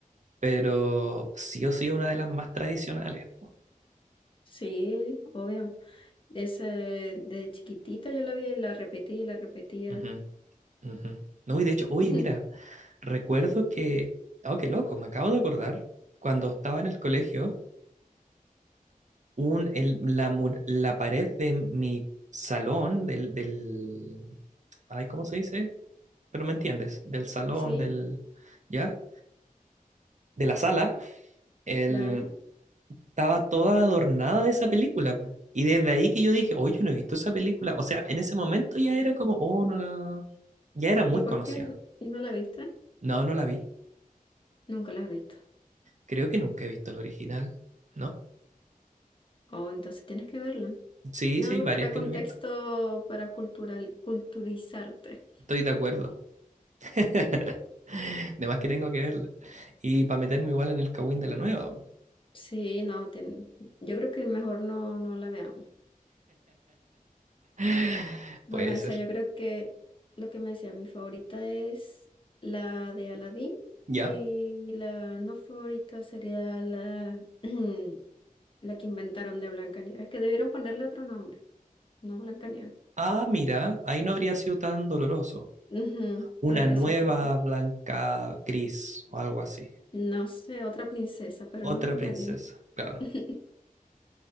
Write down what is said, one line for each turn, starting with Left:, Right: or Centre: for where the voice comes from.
Right: pero sí o sí es una de las más tradicionales. po.
Left: Sí, obvio. Esa de chiquitita yo la vi y la repetí y la repetía.
Right: Ujú, ujú. No, y de hecho, uy
Left: <laughs>
Right: mira, recuerdo que, oh, qué loco, me acabo de acordar, cuando estaba en el colegio, un, el- la, mu la pared de mi salón, del, del, ay, ¿cómo se dice? Pero me entiendes, del salón,
Left: Sí,
Right: del, ¿ya? De la sala, el,
Left: claro.
Right: estaba toda adornada de esa película. po. Y desde ahí que yo dije, oye, yo no he visto esa película. O sea, en ese momento ya era como, oh, no la... Ya era muy
Left: ¿Y por
Right: conocida.
Left: qué n- y no la viste?
Right: No, no la vi.
Left: Nunca la has visto.
Right: Creo que nunca he visto el original, ¿no?
Left: Oh, entonces tienes que verla.
Right: Sí,
Left: Nada
Right: sí, hay
Left: más
Right: varias
Left: para
Right: que
Left: contexto,
Right: no he visto.
Left: para cultural, culturizarte.
Right: Estoy de acuerdo. <laughs> De más que tengo que verla. Y para meterme igual en el Kawin de la nueva.
Left: Sí, no, tien- yo creo que mejor no, no la veamos.
Right: <laughs>
Left: Bueno,
Right: Puede
Left: esa
Right: ser.
Left: yo creo que lo que me decía, mi favorita es la de Aladdin
Right: Ya.
Left: y la no favorita sería la <clears throat> la que inventaron de Blancanieves, que debieron ponerle otro nombre, no Blancanieves.
Right: Ah, mira, ahí no habría sido tan doloroso.
Left: Ujú,
Right: Una
Left: habría
Right: nueva
Left: sido otro tema.
Right: blanca gris o algo así.
Left: No sé, otra princesa, pero
Right: Otra
Left: no Blancanieves.
Right: princesa, claro.
Left: <laughs>